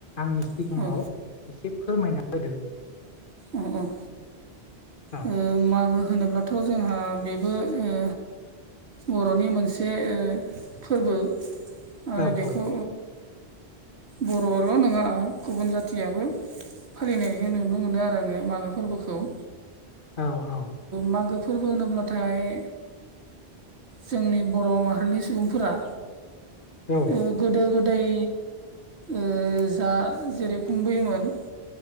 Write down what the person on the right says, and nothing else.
औ
उम उम
ओ मागो होनोब्लाथ' जोंहा बेबो ओ बर'नि मोनसे ओ फोरबो।
आरो बेखौ
बर'आल' नङा गुबुन जाथियाबो फालिनायखौ नुनो मोनो आरो आङो मागो फोरबोखौ।
मागो फोरबो होनोब्लाथाय जोंनि बर' माहारिनि सुबुंफोरा
ओ गोदो गोदाय ओ जा जेरै खुंबोयोमोन।